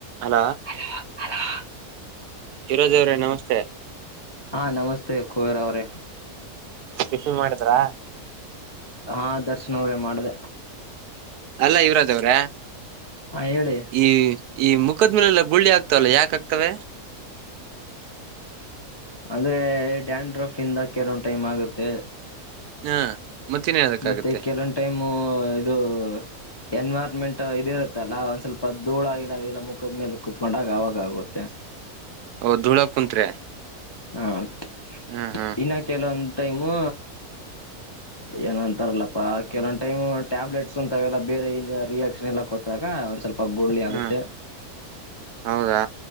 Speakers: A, on the right; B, on the left.
A: ಅಲ
B: ಹ
A: ಈ ರೋಜ್ ಅವರೇ ನಮಸ್ತೆ
B: ಹಾ ನಮಸ್ತೆ ಕುುವೇರ್ ಅವ್ರೇ
A: ಟಿಫನ್ ಮಾಡಿದ್ರಾ
B: ಹಾ ದರ್ಶನ ಅವ್ರೇ ಮಾಡ್ದ
A: ಅಲ್ಲ ಇವ್ರದೇವ್ರ
B: ಹಾ ಹೇಳಿ
A: ಈ ಈ ಮುಖದ್ಮೇಲೆಲ್ಲ ಗುಳ್ಳಿ ಆಗ್ತವಲ್ಲ ಯಾಕ ಆಗ್ತವೆ
B: ಅಂದ್ರೆ ಡ್ಯಾನ್ ಫ್ ಇಂದ ಕೆಲೊ ಟೈಮ್ ಆಗುತ್ತೆ
A: ಹಾ ಮತ್ತಿನ ಅದಕ್ಕಾಗುತ್ತೆ
B: ಮತ್ತೆ ಕೆಲವೊಂದು ಟೈಮ್ ಇದು ಎನ್ವೈರನ್ಮೆಂಟ್ ಇದ ಇರುತ್ತಲ್ಲ ಒಂದ್ ಸ್ವಲ್ಪ ಧೋಳ ಇಲ್ಲ ಎಲ್ಲ ಮುಖದ ಮೇಲೆ ಕುೂತ್ಕೊಂಡಾಗ ಅವಾಗ ಆಗುತ್ತೆ
A: ಓ ಧೂಳ ಕುಂತ್ರೆೆ
B: ಹದುೆ
A: ಹಾ ಹಾ
B: ಇನ್ನ ಕೆಲವೊಂದು್ ಟೈಮು ಏನ ಅಂತಾರಲ್ಲಪ್ಪಾ ಕೆಲೊ ಟೈಮ್ ಟ್ಯಾಬ್ಲೆಟ್ಸ್ ಅಂತಲ್ಲ ಬೇರೆ ರಿಯಾಕ್ಷನ್ ಎಲ್ಲಾ ಕೊಟ್ಟ ಒಂದ್ ಸ್ವಲ್ಪ ಗುಳ್ಳಿ ಆಗುತ್ತೆ
A: ಹಾ ಹೌದಾ